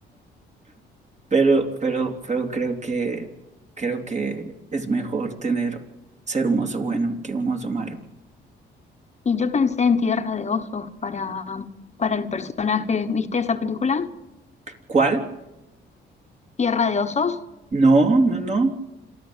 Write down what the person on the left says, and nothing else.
Y yo pensé en Tierra de Osos para, para el personaje, ¿viste esa película?
Tierra de Osos.